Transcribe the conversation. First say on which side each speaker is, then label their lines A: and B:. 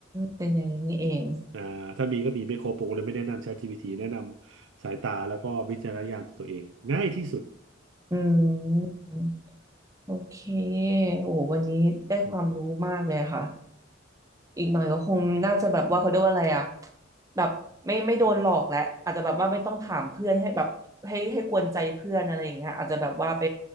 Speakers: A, on the right; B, on the right.
A: เป็นอย่างนี้นี่เอง
B: อ่าถ้ามีก็มีไม่ครบผมก็เลยไม่แนะนำ ChatGPT แนะนำสายตาแล้วก็วิจารณญาณตัวเองง่ายที่สุด
A: อืมโอเค โอ้โหวันนี้ได้ความรู้มากเลยค่ะ
B: อืม
A: อีกหน่อยก็คงน่าจะแบบว่าเขาเรียกว่าอะไรอะแบบไม่ไม่โดนหลอกแล้วอาจจะแบบว่าไม่ต้องถามเพื่อนให้แบบให้ให้กวนใจเพื่อนอะไรอย่างเงี้ยอาจจะแบบว่าไป